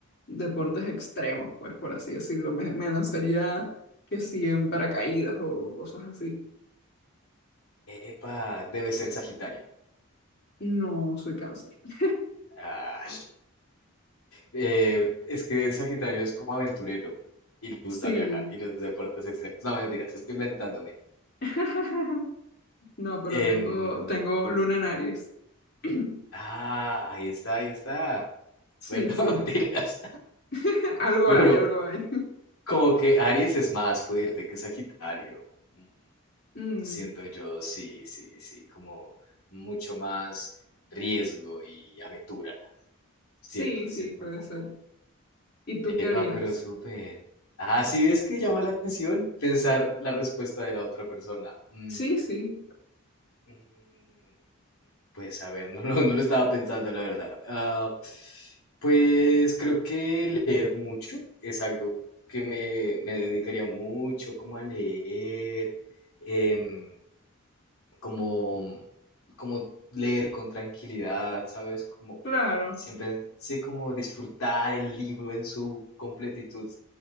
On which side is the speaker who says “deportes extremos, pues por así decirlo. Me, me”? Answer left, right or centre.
Left